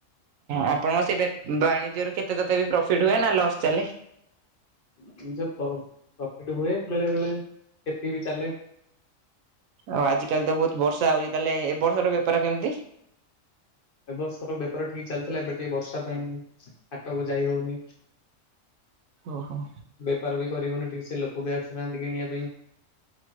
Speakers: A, on the right; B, on the left.
A: ଆପଣଙ୍କ ସେ ବେ ବାଣିଜ୍ୟ ରୁ କେତେ ତଥାପି ବି ପ୍ରଫିଟ୍ ହୁଏ ନା ଲସ୍ ଚାଲେ?
B: ପ୍ରଫିଟ୍ ହୁଏ ବେଳେ ବେଳେ କ୍ଷତି ବି ଚାଲେ।
A: ଆଉ ଆଜି କାଲି ତ ବହୁତ ବର୍ଷା ହଉଚି, ତାହେଲେ ଏ ବର୍ଷ ର ବେପାର କେମିତି?
B: ଏ ବର୍ଷର ବେପାର ଠିକ୍ ଚାଲିଥିଲା ଏବେ ଟିକେ ବର୍ଷା ପାଇଁ ହାଟକୁ ଯାଇ ହଉନି।
A: ଓହୋ।
B: ବେପାର ବି କରିି ହଉନି ଠିକ୍ ସେ ଲୋକ ବି ଆସୁ ନାହାନ୍ତି କିଣିବା ପାଇଁ।